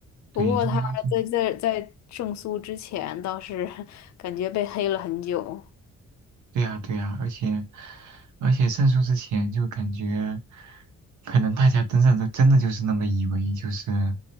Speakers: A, on the right; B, on the left.
A: 对，
B: 不过他在在在胜诉之前倒是
A: 如果要这么。
B: <laughs> 感觉被黑了很久。
A: 对呀，对呀，而且而且胜诉之前就感觉，可能大家真的真的就是那么以为，就是